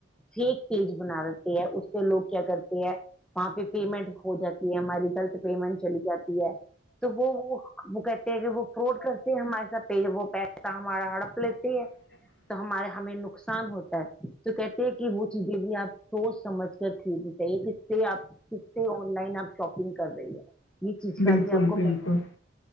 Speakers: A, in the centre; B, on the left (about 85°).
A: فیک پیج بنا دیتے ہے اس پہ لوگ کیا کرتے ہیں وہاں پہ پیمنٹ ہو جاتی ہے ہماری غلط پیمنٹ چلی جاتی ہے تو وہ وہ کہتے ہیں کہ وہ فراڈ کرتے ہیں ہمارے ساتھ وہ پیسہ ہمارا ہڑپ لیتے ہے
B: ج
A: تو ہمارے ہمیں نقصان ہوتا ہے تو کہتے ہیں کہ وہ چیزیں بھی آپ سوچ سمجھ کر خریدنی چاہے سے آپ کس سے آن لائن آپ شاپنگ کر رہی ہو یہ چیز
B: بالکل،
A: کا بھی آپ
B: بالکل،
A: کو